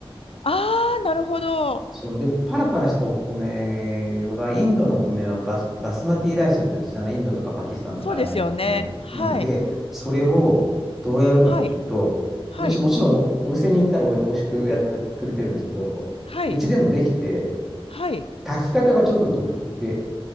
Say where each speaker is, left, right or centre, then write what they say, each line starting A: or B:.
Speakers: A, on the left (about 70°); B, in the centre.
A: ああ、なるほど。
B: そう、で、パラパラしたお米は、インドのお米はバス、バスマティライスって言うんですよあの、インドとかパキスタンとかあら辺のお米の。
A: そうですよね。はい。
B: うん、で、それをどうやるかっていうと、
A: はい。はい。
B: もち、もちろんお店に行ったらお、おいしくやってくれてるんですけど、
A: はい。
B: うちでもできて、
A: はい。
B: 炊き方がちょっと独特で、